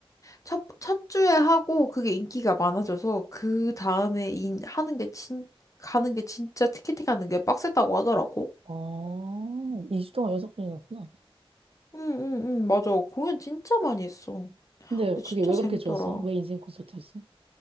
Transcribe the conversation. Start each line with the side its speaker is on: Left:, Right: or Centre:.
Left: 첫, 첫 주에 하고 그게 인기가 많아져서 그 다음에 인, 하는 게 진, 가는 게 진짜 티켓팅 가는 게 빡셌다고 하더라고.
Right: 어, 2주 동안 연속 분이었구나.
Left: 응, 응, 응, 맞아. 공연 진짜 많이 했어.
Right: 근데
Left: 근데
Right: 그게
Left: 진짜
Right: 왜
Left: 재밌더라.
Right: 그렇게 좋았어? 왜 인생 콘서트였어?